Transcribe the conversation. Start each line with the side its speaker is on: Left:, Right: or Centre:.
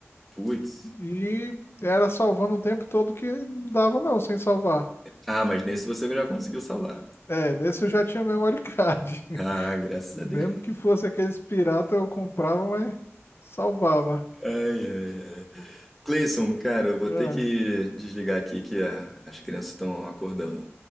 Centre: putz.
Left: E era salvando o tempo todo que não dava, não, sem salvar.
Centre: Ah, mas nesse você já conseguiu salvar.
Left: É, nesse eu já tinha memory card. <laughs>
Centre: Ah, graças
Left: Mesmo
Centre: a Deus.
Left: que fosse aqueles pirata, eu comprava, mas salvava.
Centre: Ai, ai, ai. Cleison, cara, eu vou
Left: É,
Centre: ter que desligar aqui que a- as crianças estão acordando.